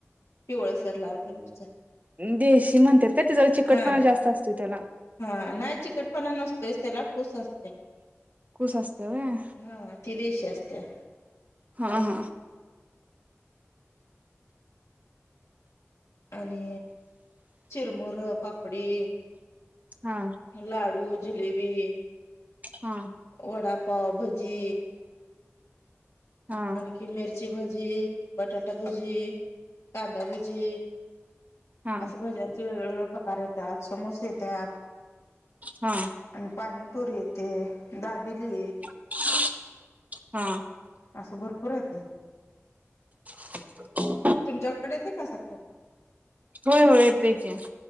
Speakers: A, on the left (about 85°); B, on the right (about 35°).
A: पिवळसर लाल कलरच्या.
B: देशी म्हणतात का तिला ते जरा तिला चिकटपणा
A: हा
B: जास्त असतो त्याला.
A: हा. नाही चिकटपणा नसतोयच त्याला कुस असत्या.
B: कुस असत्या व्हय.
A: हा ती देशी असत्या.
B: हा हा.
A: आणि चिरमुर पापडी.
B: हा.
A: लाडू. जिलेबी
B: हा.
A: वडापाव भजी
B: हा.
A: कि मिरची भजी बटाटा भजी कांदा भजी
B: हा
A: असं भज्यांचे वेगळेवेेगळे प्रकार येतात समोसे येतात.
B: हा
A: आणि पाणीपुरी येतेे दाबिली
B: <unintelligible> हा.
A: असं भरपूर येतंय.
B: <unintelligible>
A: तुमच्याकडे येतं का असं काय?
B: होय होय येतय की